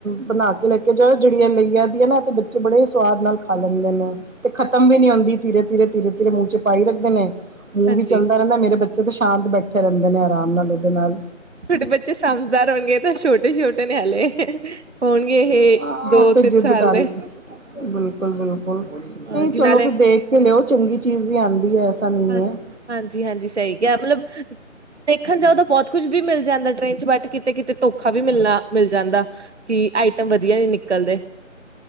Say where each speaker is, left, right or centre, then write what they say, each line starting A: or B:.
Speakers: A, on the right (about 90°); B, on the right (about 60°).
A: ਬਣਾ ਕੇ ਲੈ ਕੇ ਜਾਓ ਜਿਹੜੀ ਇਹ ਲਈ ਆਦੀ ਹੈ ਨਾ ਤੇ ਬੱਚੇ ਬੜੇ ਸਵਾਦ ਨਾਲ ਖਾ ਲੈਂਦੇ ਨੇ। ਤੇ ਖਤਮ ਵੀ ਨੀ ਹੁੰਦੀ ਧੀਰੇ- ਧੀਰੇ -ਧੀਰੇ- ਧੀਰੇ ਮੂੰਹ 'ਚ ਪਾਈ ਰੱਖਦੇ ਨੇ। ਮੂੰਹ
B: ਹਾਂਜੀ
A: ਵੀ ਚੱਲਦਾ ਰਹਿੰਦਾ ਮੇਰੇ ਬੱਚੇ ਤਾਂ ਸ਼ਾਂਤ ਬੈਠੇ ਰਹਿੰਦੇ ਨੇ ਆਰਾਮ ਨਾਲ ਇਹਦੇ ਨਾਲ
B: ਤੁਹਾਡੇ ਬੱਚੇ ਸਮਝਦਾਰ ਹੋਣਗੇ ਤਾਂ ਛੋਟੇ -ਛੋਟੇ ਨੇ ਹਲੇ ਹੋਣਗੇ ਇਹ
A: ਹਾਂ
B: ਦੋ
A: ਉਹ ਤੇ
B: ਤਿੰਨ
A: ਜਿੱਦ
B: ਸਾਲ
A: ਕਰ
B: ਦੇ
A: ਬਿਲਕੁਲ- ਬਿਲਕੁਲ
B: ਹਾਂਜੀ
A: ਨਹੀਂ ਚਲੋ
B: ਨਾਲੇ
A: ਫਰ ਦੇਖ ਕੇ ਲਿਓ ਚੰਗੀ ਚੀਜ਼ ਵੀ ਆਉਂਦੀ ਹੈ। ਨਹੀਂ
B: ਹਾਂ
A: ਹੈ
B: ਹਾਂਜੀ- ਹਾਂਜੀ ਸਹੀ ਕਿਹਾ ਮਤਲਬ ਦੇਖਣ ਜਾਓ ਤਾਂ ਬਹੁਤ ਕੁੱਝ ਵੀ ਮਿਲ ਜਾਂਦਾ ਅੰਦਰ ਟ੍ਰਰੇਨ 'ਚ ਬੈਠ ਕਿਤੇ ਕਿਤੇ ਧੋਖਾ ਵੀ ਮਿਲਣਾ ਮਿਲ ਜਾ ਜਾਂਦਾ ਕੀ ਆਈਟਮ ਵਧੀਆ ਨੀ ਨਿਕਲਦੇ।